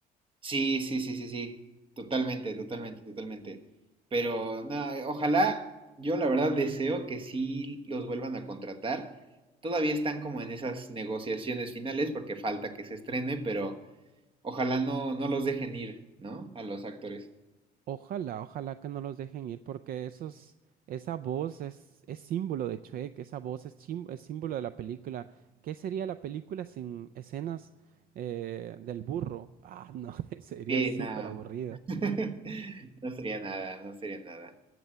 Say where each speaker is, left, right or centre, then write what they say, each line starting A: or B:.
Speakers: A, on the right; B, on the right.
A: Sí, sí, sí, sí, sí, totalmente, totalmente, totalmente. Pero no, eh, ojalá, yo la verdad deseo que sí los vuelvan a contratar. Todavía están como en esas negociaciones finales porque falta que se estrene, pero ojalá no, no los dejen ir, ¿no? A los actores.
B: Ojalá, ojalá que no los dejen ir porque esos, esa voz es, es símbolo de Shrek, esa voz es, chim- es símbolo de la película. ¿Qué sería la película sin escenas eh, del burro? Ah, no, <laughs> sería
A: Sí,
B: súper
A: no.
B: aburrida.
A: <laughs> No sería nada, no sería nada.